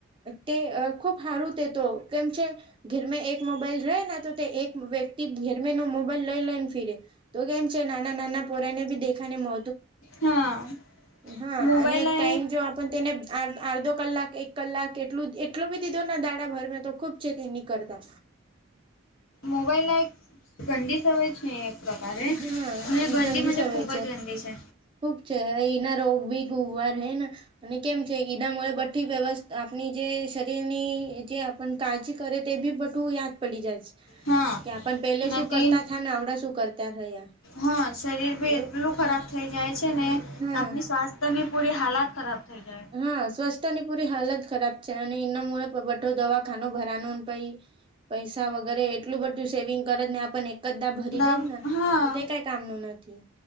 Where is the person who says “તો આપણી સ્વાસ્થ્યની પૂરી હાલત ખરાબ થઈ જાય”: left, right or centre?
Left